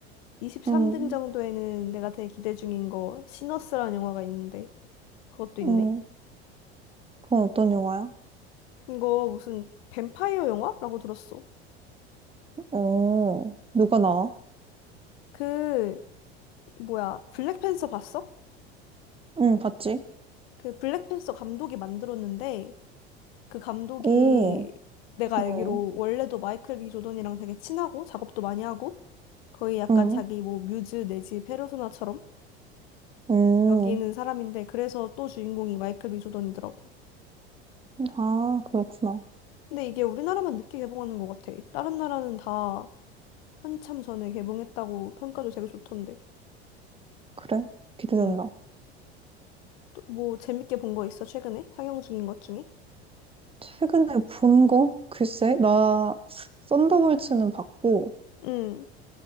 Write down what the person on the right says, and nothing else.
음,
음.
그건 어떤 영화야?
어, 누가 나와?
응, 봤지?
오.
음,
음,
음.
아, 그렇구나.
그래. 기대된다.
최근에 본 거? 글쎄, 나 썬더볼츠는 봤고,